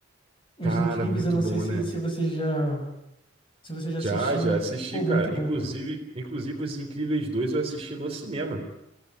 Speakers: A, on the left; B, on the right.
A: Os
B: Cara,
A: Incríveis,
B: muito
A: eu não
B: bom,
A: sei se,
B: né?
A: se você já se você já
B: Já,
A: assistiu,
B: já
A: mas
B: assisti,
A: pô,
B: cara.
A: muito bom,
B: Inclusive,
A: cara.
B: inclusive Os Incríveis dois eu assisti no cinema.